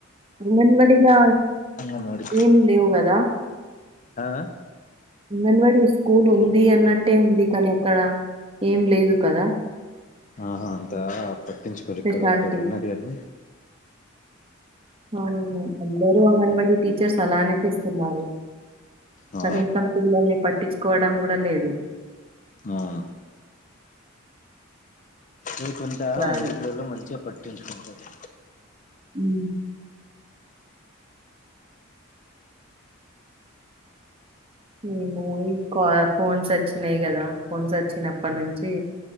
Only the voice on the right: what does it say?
అంగన్వాడిలా
ఏమ్ లేవు కదా
ఉంగనువాడి స్కూల్ ఉంది అన్నట్టే ఉంది కానీ అక్కడ ఏం లేదు కదా
స్పెషాలిటీ
ఆ అందరూ అంగన్వాడీ టీచర్స్ అలానేపిస్తున్నారు
కనిసం పిల్లల్ని పట్టించుకోవడం కూడా లేదు
సరే
ఉ మేము ఈ కా ఫోన్స్ వచ్చినాయి కదా ఫోన్స్ వచ్చినప్పటి నుంచి